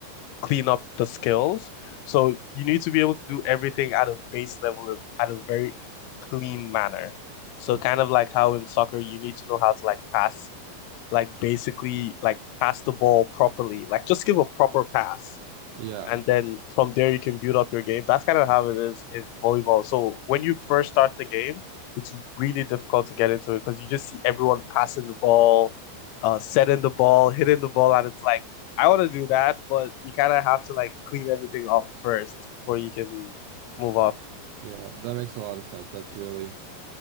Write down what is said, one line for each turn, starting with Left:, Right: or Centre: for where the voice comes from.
Left: clean up the skills. So you need to be able to do everything at a base level of, at a very clean manner. So
Right: Mm.
Left: kind of like how in soccer you need to know how to like pass, like basically like pass the ball properly, like just give a proper pass
Right: Yeah,
Left: and then from there you can build up your game. That's kind of how it is in volleyball. So when you first start the game, it's really difficult to get into it because you just see everyone passing the ball, uh, setting the ball, hitting the ball, and it's like I want to do that, but you kind of have to like clean everything up first before you can move up.
Right: yeah, that makes a lot of sense. That's really,